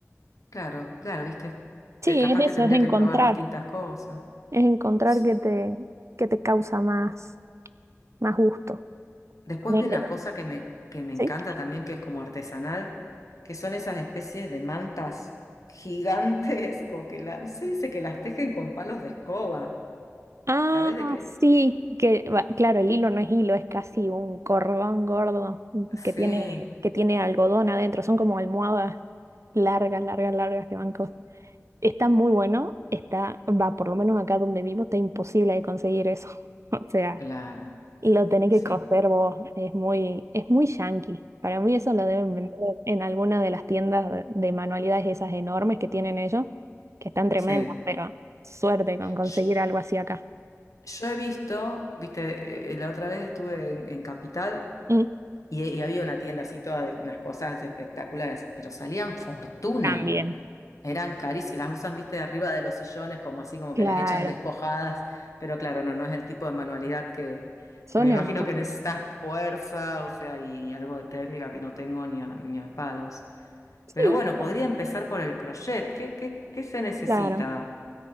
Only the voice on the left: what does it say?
claro, claro, viste,
que capaz
que tendría
que probar distintas cosas.
Sí.
Después
vi una cosa que me, que me
encanta también, que es como artesanal, que son esas especies de mantas gigantes, como que la- se dice que las tejen con palos de escoba.
¿Sabés de qué?
Sí,
claro,
sí.
<laughs>
Sí.
Yo he visto, viste, eh, la otra vez estuve en, en Capital
y, y había una tienda así toda de unas cosas espectaculares, pero salían fortuna,
eran carísimas, las usan, viste, de arriba de los sillones, como así como
que las echan despojadas, pero claro, no, no es el tipo de manualidad que
me imagino
que necesitas fuerza, o sea, y algo de técnica que no tengo ni a, ni a palos.
Pero bueno,
podría empezar por el crochet. ¿Qué, qué, qué se necesita?